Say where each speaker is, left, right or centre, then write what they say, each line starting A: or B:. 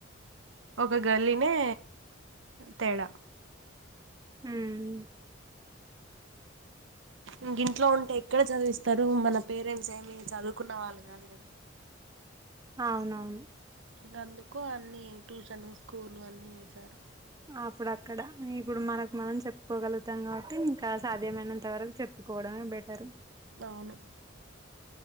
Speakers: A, on the right (about 80°); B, on the right (about 20°).
A: ఒక గల్లీనే తేడా
B: ఉహ్మ్
A: ఇంకింట్లో ఉంటే ఎక్కడ చదివిస్తారు మన పేరెంట్స్ ఏమి చదువుకున్న వాళ్ళు కాదు కదా
B: అవునవును
A: ఇంకా అందుకు అన్ని ట్యూషన్ స్కూలు అన్ని వేశారు
B: అప్పుడు అక్కడ ఇప్పుడు మనకు మనం చెప్పుకోగలుగుతాం కాబట్టి ఇంకా సాధ్యమైనంత వరకు చె కోవడమే బెటర్
A: అవును